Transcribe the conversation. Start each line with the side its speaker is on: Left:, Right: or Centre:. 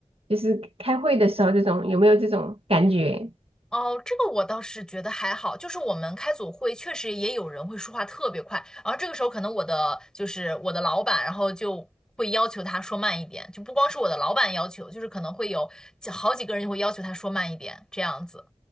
Right: 就是开会的时候，这种有没有这种感觉？
Centre: 哦，这个我倒是觉得还好，就是我们开组会确实也有人会说话特别快，然后这个时候可能我的就是我的老板，然后就会要求他说慢一点，就不光是我的老板要求，就是可能会有几好几个人就会要求他说慢一点，这样子。